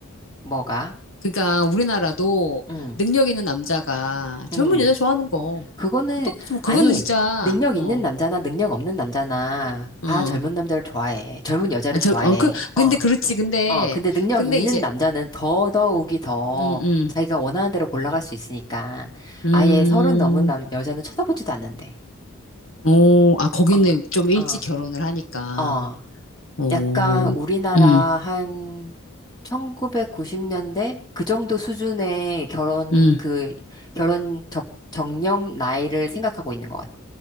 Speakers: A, on the left (about 20°); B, on the left (about 65°).
A: 뭐가?
B: 그러니까 우리나라도
A: 응.
B: 능력 있는 남자가 젊은
A: 응.
B: 여자 좋아하는 거.
A: 그거는,
B: 똑같이 뭐 그거는
A: 아니,
B: 진짜,
A: 능력
B: 어,
A: 있는 남자나 능력 없는 남자나
B: 어.
A: 다 젊은 남자를 좋아해. 젊은 여자를
B: 아, 저,
A: 좋아해.
B: 어, 그, 근데
A: 어,
B: 그렇지. 근데,
A: 어. 근데 능력
B: 근데
A: 있는
B: 이제,
A: 남자는 더더욱이
B: 음,
A: 더
B: 음, 음.
A: 자기가 원하는 대로 골라갈 수 있으니까
B: 음.
A: 아예 서른 넘은 남, 여자는 쳐다보지도 않는데.
B: 오, 아, 거기는
A: 어,
B: 좀 일찍
A: 어,
B: 결혼을 하니까.
A: 어.
B: 오.
A: 약간 우리나라
B: 음.
A: 한 1990년대 그 정도 수준의 결혼
B: 음,
A: 그 결혼 적 정령 나이를 생각하고 있는 것 같아.